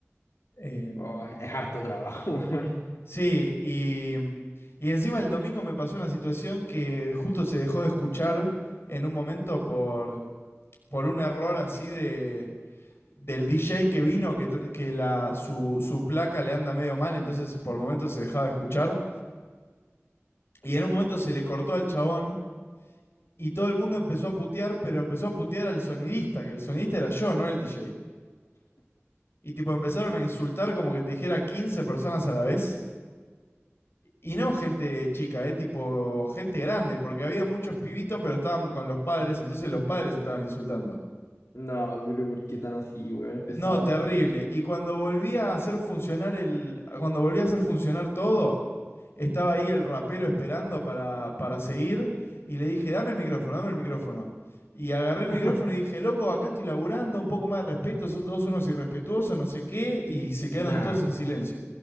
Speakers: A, on the left; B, on the left.
A: Em,
B: Oh, <laughs> es harto trabajo, <laughs> weón.
A: sí, y, y encima el domingo me pasó una situación que justo se dejó de escuchar en un momento por, por un error así de del DJ que vino, que, que la, su, su placa le anda medio mal, entonces por momentos se dejaba de escuchar. Y en un momento se le cortó al chabón y todo el mundo empezó a putear, pero empezó a putear al sonidista, que el sonidista era yo, no el DJ. Y tipo empezaron a insultar como que te dijera 15 personas a la vez. Y no gente chica, eh, tipo gente grande, porque había muchos pibitos, pero estaban con los padres, entonces los padres estaban insultando.
B: No, pero ¿por qué tan así, weón? Es pesado.
A: No, terrible. Y cuando volví a hacer funcionar el, cuando volví a hacer funcionar todo, estaba ahí el rapero esperando para, para seguir y le dije, dame el micrófono, dame el micrófono. Y agarré el micrófono
B: <laughs>
A: y dije, loco, acá estoy laburando, un poco más de respeto, son todos unos irrespetuosos, no sé qué, y se quedaron
B: Nah.
A: todos en silencio.